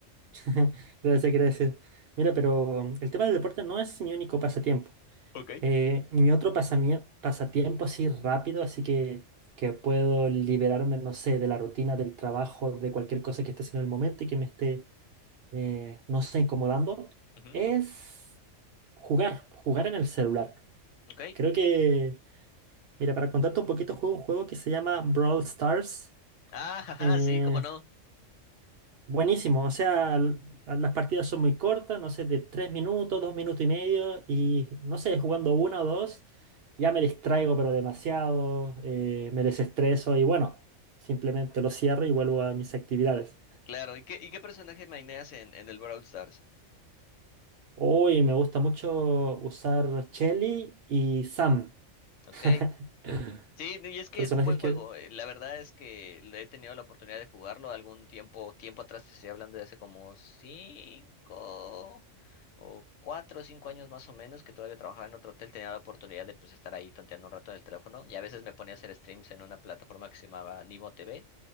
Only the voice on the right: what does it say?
<laughs> Gracias, gracias. Mira, pero el tema del deporte no es mi único pasatiempo.
Eh, mi otro pasamie- pasatiempo así rápido, así que, que puedo liberarme, no sé, de la rutina del trabajo, de cualquier cosa que esté haciendo en el momento y que me esté, eh, no sé, incomodando,
es jugar, jugar en el celular.
Creo que, mira, para contarte un poquito, juego un juego que se llama Brawl Stars.
eh,
Buenísimo, o sea, l- las partidas son muy cortas, no sé, de tres minutos, dos minutos y medio, y no sé, jugando una o dos, ya me distraigo, pero demasiado, eh, me desestreso y bueno, simplemente lo cierro y vuelvo a mis actividades.
Hoy me gusta mucho usar Shelly y Sam,
<laughs>
personajes
que...